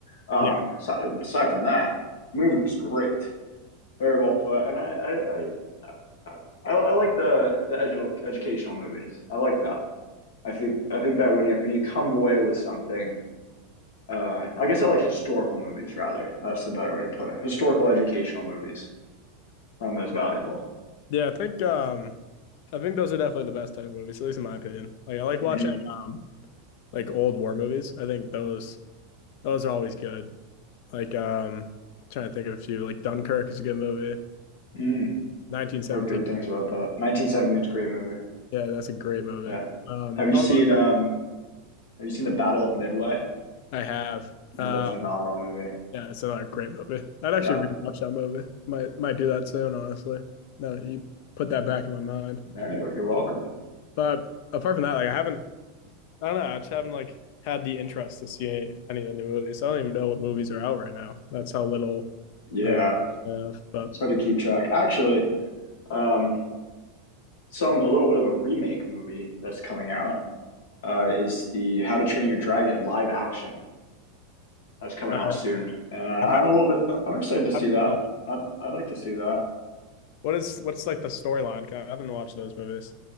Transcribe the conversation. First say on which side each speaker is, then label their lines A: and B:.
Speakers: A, on the left; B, on the left.
A: um,
B: Yeah.
A: aside, aside from that, movie was great. Very well put. And I I I, I, I like the the educational educational movies. I like that. I think I think that when you when you come away with something, uh, I guess I like historical movies rather. That's the better way to put it. Historical educational movies. I'm most valuable.
B: Yeah, I think um I think those are definitely the best type of movies, at least in my opinion. Like I like
A: hmm
B: watching um like old war movies. I think those those are always good. Like um trying to think of a few. Like Dunkirk is a good movie.
A: Mm.
B: 1917.
A: Heard good things about that. Nineteen Seventy is a great movie.
B: Yeah, that's a great movie.
A: Yeah.
B: Um
A: Have you
B: all
A: seen
B: those that
A: um Have you seen the Battle of Midway?
B: I have.
A: Another
B: Um
A: phenomenal movie.
B: yeah, it's another great movie. I'd actually
A: Yeah.
B: rewatch that movie. Might might do that soon, honestly. No, you put that back in my mind.
A: Yeah, you're, you're welcome.
B: But apart from that, like I haven't I don't know. I just haven't like had the interest to see any of the new movies. I don't even know what movies are out right now. That's how little
A: Yeah.
B: uh, I have. But
A: It's hard to keep track. Actually, um, some a little bit of a remake movie that's coming out uh, is the How to Train Your Dragon live action that's coming
B: uh,
A: out soon, and uh,
B: I
A: I'm
B: haven't,
A: a little bit I'm excited to see
B: I haven't-
A: that.
B: oh,
A: I'd, I'd like to see that
B: what is what's like the storyline? 'Cause I haven't watched those movies.